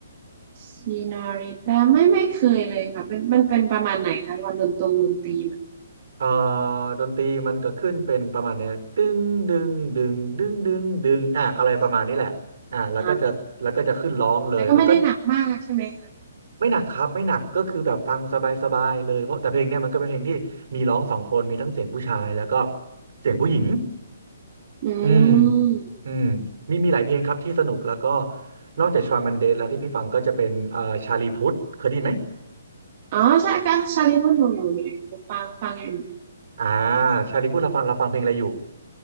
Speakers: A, on the right; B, on the right.
A: ซีนาริตาไม่ไม่เคยเลยค่ะเป็นมันเป็นประมาณไหนคะวันดนตรงดนตรีมัน
B: เอ่อดนตรีมันก็ขึ้นเป็นประมาณเนี้ยตึ้งดึงดึงดึงดึงดึงอ่ะอะไรประมาณนี้แหละอ่าแล้วก็จะแล้วก็จะขึ้นร้องเลยมันก็
A: อ่าแต่ก็ไม่ได้หนักมากใช่ไหมคะ
B: ไม่หนักครับไม่หนักก็คือแบบฟังสบายๆเลยเพราะแต่เพลงเนี้ยมันก็เป็นเพลงที่มีร้องสองคนมีทั้งเสียงผู้ชายแล้วก็เสียงผู้หญิง
A: อื
B: อืม
A: ม
B: อืมมีมีหลายเพลงครับที่สนุกแล้วก็นอกจากชอยมันเดสแล้วที่พี่ฟังก็จะเป็นเอ่อชาลีพุทธเคยได้ยินไหม
A: อ๋อใช่ก็ชาลีมอนโนโนเนี่ยฟังฟังอยู่
B: อ่าชาลีพุทธเราฟังเราฟังเพลงอะไรอยู่